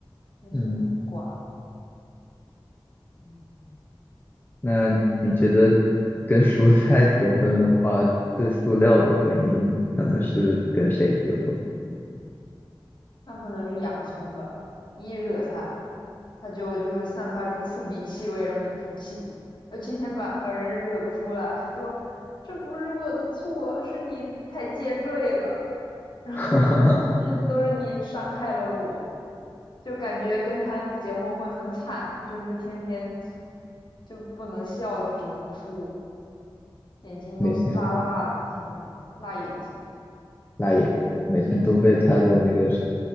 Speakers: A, on the left (about 55°); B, on the left (about 20°).
A: 那是苦瓜，
B: 嗯，
A: 嗯。
B: 那你觉得跟蔬菜结婚的话，最塑料的婚姻可能是跟谁结婚？
A: 那可能是洋葱吧，一惹它，它就就是散发出刺鼻气味，让你哭泣。我今天把把人惹哭了，还说这不是我的错，是你太尖锐了，然后这
B: <laughs>
A: <laughs> 都是你伤害了我，就感觉跟他结婚会很惨，就是天天就不能笑，就只能哭，眼睛都是辣辣的，
B: 每天
A: 天天辣眼睛。
B: 辣眼，每天都被他的那个